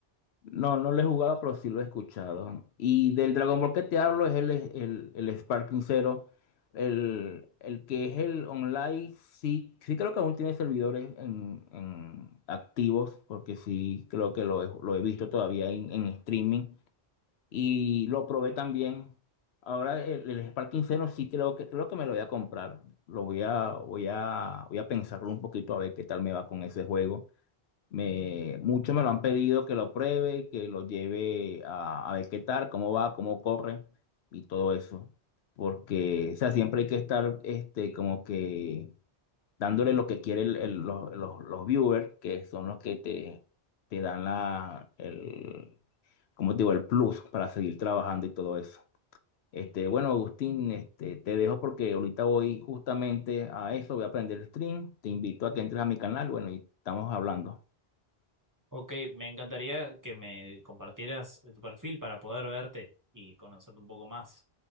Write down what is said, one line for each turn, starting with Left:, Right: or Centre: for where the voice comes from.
Left: No, no lo he jugado, pero sí lo he escuchado. Y del Dragon Ball que te hablo es el, el, el Sparking Zero. El, el que es el online, sí, sí creo que aún tiene servidores en, en activos, porque sí creo que lo he, lo he visto todavía en en streaming. y lo probé también. Ahora el, el Spark 0 sí creo que creo que me lo voy a comprar. Lo voy a voy a voy a pensarlo un poquito a ver qué tal me va con ese juego. Me muchos me lo han pedido que lo pruebe, que lo lleve a, a ver qué tal, cómo va, cómo corre y todo eso. Porque, o sea, siempre hay que estar este como que dándole lo que quiere el- los, los, los viewers, que son los que te, te dan la, el, ¿cómo te digo? el plus para seguir trabajando y todo eso. Este, bueno, Agustín, este, te dejo porque ahorita voy justamente a eso, voy a aprender stream, te invito a que entres a mi canal, bueno, y estamos hablando.
Right: Ok, me encantaría que me compartieras tu perfil para poder verte y conocerte un poco más.